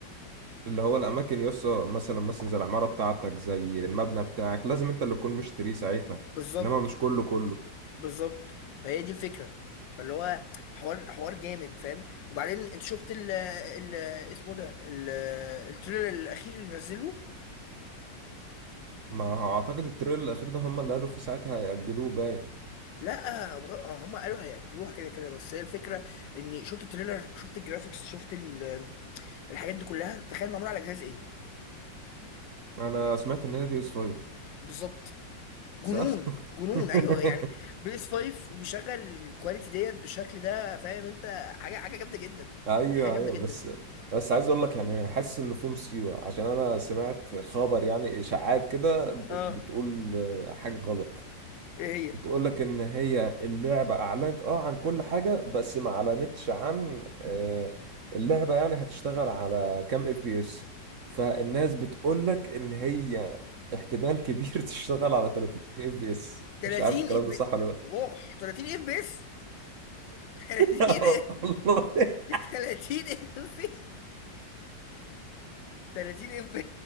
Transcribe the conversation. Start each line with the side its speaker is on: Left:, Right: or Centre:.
Right: اللي هو الاماكن يسا مثلا مثلا زي العماره بتاعتك زي المبنى بتاعك لازم انت اللي تكون مشتريه ساعتها
Left: بالظبط
Right: انما مش كله كله
Left: بالظبط فهي دي الفكره فاللي هو حوار حوار جامد فاهم وبعدين انت شفت ال ال اسمه ده ال- التريلر الاخير اللي نزله
Right: ما هو اعتقد التريل الاخير ده هم اللي قالوا في ساعتها هيأجلوه باين
Left: لا بغ- هم قالوا هيأجلوها كده كده بس هي الفكره اني شفت التريلر شفت الجرافيكس شفت ال الحاجات دي كلها تخيل معموله على جهاز ايه
Right: انا سمعت ان هي بي اس 5
Left: بالظبط جنون
Right: صح
Left: جنون
Right: <laughs>
Left: ايوه يعني بي اس 5 وبيشغل الكواليتي ديت بالشكل ده فاهم انت حاجه حاجه جامده جدا
Right: ايوه
Left: يعني حاجه جامده
Right: ايوه
Left: جدا
Right: بس بس عايز اقول لك يعني حاسس ان في مصيبه عشان انا سمعت خبر يعني اشاعات كده ب-
Left: اه
Right: بتقول آه، حاجه غلط
Left: ايه هي
Right: بتقول لك ان هي اللعبه اعلنت اه عن كل حاجه بس ما اعلنتش عن آه، اللعبه يعني هتشتغل على كام اف بي اس فالناس بتقول لك ان هي احتمال كبير <laughs> تشتغل على 30 اف بي اس
Left: 30
Right: مش عارف الكلام
Left: اف بي
Right: ده صح ولا
Left: اوه 30 اف بي اس 30
Right: لا <laughs> والله
Left: 30 <laughs> اف 30 اف